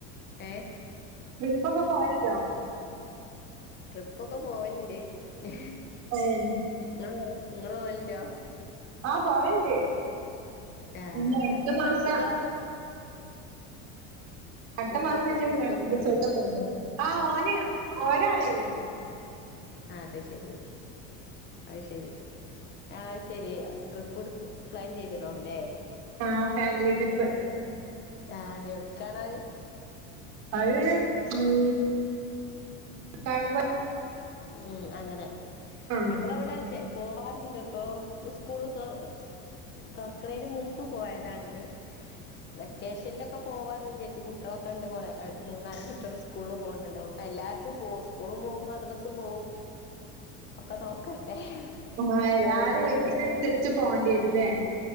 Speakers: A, on the left; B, on the right.
A: ഏ
B: ട്രിപ്പൊക്കെ പോയല്ലോ
A: ട്രിപ്പൊക്കെ പോവലിണ്ട് ഈ
B: ഏഹ്
A: നിങ്ങള് പോ നിങ്ങള് പോവലുണ്ടോ
B: ആഹ പോവലുണ്ട്
A: ആ
B: പിന്നെ അടുത്ത മാസ
A: കുട്ടികളൊക്കെ
B: അടുത്ത
A: കുട്ടികളൊക്കെ
B: മാസം ഇഞ്ഞു
A: സ്കൂൾക്ക്
B: പോണ്ട്
A: പോയിണ്ടാവൂലേ
B: റിസോൾട്ടി പോണ്ണ്ട് ആ ഓന ഒരാളരുന്നു
A: ആ അത് ശരി അ യ്രി ആയ്ശരി ട്രിപ്പ് എടു പ്ലാൻ ചെയ്തണോ അല്ലേ
B: ആഹ ഫാമിലി ട്രിപ്പ്
A: ആഹ എവിടക്കാണത്
B: അത് ഉം കാണുമ്പോ <unintelligible>
A: ഉം അങ്ങനെ
B: ആ
A: ഞമ്മളവിടെ പോവാറുണ്ട് ഇപ്പൊ സ്കൂള് തോറ- തോർക്കണേന് മുമ്പ് പോയതാണ് വെക്കേഷനിലൊക്കെ പോവാന്ന് വിചാരിച്ചു കുട്ടികളൊക്കെ ഉണ്ട് കുറെേ മൂന്നാല് കുട്ടികൾ സ്കൂ- സ്കൂളിൽ പോകുന്നുണ്ടാവോവും എല്ലാത്തും പോകും സ്കൂളും പോകുമദ്രസ സുപോവും ഒക്കെ നോക്കണ്ടേ
B: ആ എല്ലാരും
A: പോകുമ്പളേ
B: ഒഴിവിനനനുസരിച്ച്
A: പിന്നെ
B: പോണ്ടിരൂല്ലേ